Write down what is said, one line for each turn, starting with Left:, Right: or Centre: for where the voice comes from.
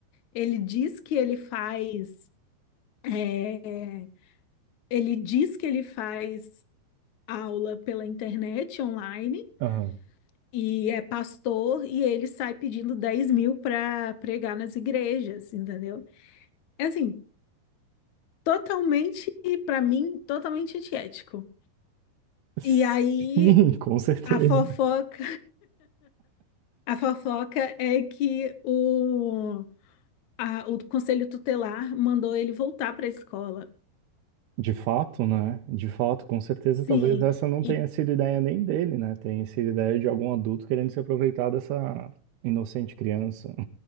Left: ele diz que ele faz, é, ele diz que ele faz aula pela internet online
Right: Aham.
Left: e é pastor e ele sai pedindo 10 mil para pregar nas igrejas, entendeu? É assim, totalmente, pra mim, totalmente antiético.
Right: Sim,
Left: E aí
Right: com certeza.
Left: a fofoca, a fofoca é que o, a- o conselho tutelar mandou ele voltar pra escola.
Right: De fato, né? De fato, com certeza,
Left: Sim.
Right: talvez essa não
Left: E
Right: tenha sido ideia nem dele, né? Tenha sido ideia de algum adulto querendo se aproveitar dessa inocente criança. <laughs>